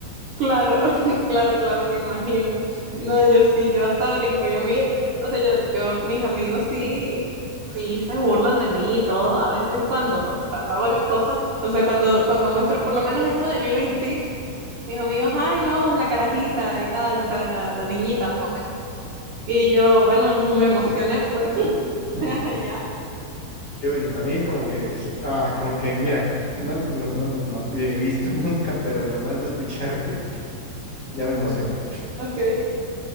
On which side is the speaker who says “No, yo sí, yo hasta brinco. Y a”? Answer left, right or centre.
Right